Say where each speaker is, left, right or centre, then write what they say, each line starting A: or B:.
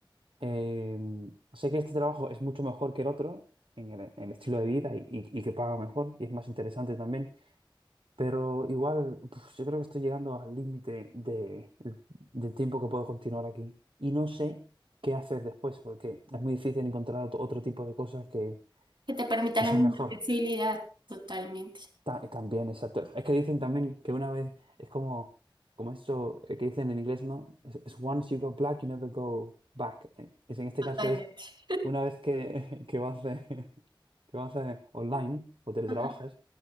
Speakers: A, on the right; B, on the right.
A: Eh, sé que este trabajo es mucho mejor que el otro en el, en el estilo de vida y, y- y que paga mejor y es más interesante también, pero igual pues, yo creo que estoy llegando al límite de, del tiempo que puedo continuar aquí y no sé qué hacer después porque es muy difícil encontrar otro, otro tipo de cosas que,
B: Que te permita
A: que
B: la
A: sea
B: misma
A: mejor.
B: flexibilidad. Totalmente.
A: Ta- y también, exacto. Es que dicen también que una vez es como, como esto eh, que dicen en inglés, ¿no? Es, es once you go black, you never go back. Eh, Es, en este
B: Totalmente.
A: caso es una vez que, <laughs> que vas, eh, <laughs> que vas eh, online o teletrabajas,
B: Ajá.